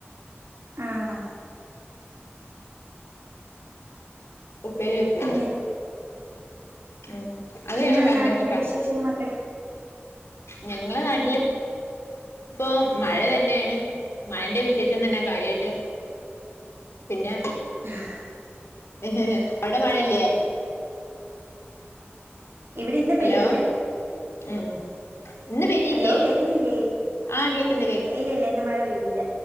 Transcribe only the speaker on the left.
ഉപ്പേരി വെചൂടെ
ഉം അത്
ഞങ്ങക്ക് ഭയങ്കര
ഇഷ്ടാ
ഞങ്ങളെ നാട്ടില് ഇപ്പൊ മഴ തന്നെണ് മഴന്റെ വിശേഷം തന്നാ കാര്യായിട്ട് പിന്നെ
ഹേ ഹേ അവിടെ മഴയില്ലേ
ഹലോ
ഉം ഇന്ന് പെയിതില്ലേ
ആഹ് കേക്ക്ണ്ട് കേ